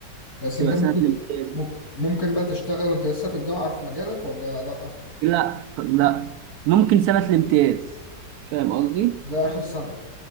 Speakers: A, on the left; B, on the right.
A: بس
B: بتبقى
A: انت ممكن
B: سنة الامتياز
A: ممكن بقى تشتغل وانت لسه في الجامعة في مجالك ولا لأ؟
B: لا لا ممكن سنة الامتياز فاهم قصدي؟
A: ده آخر سنة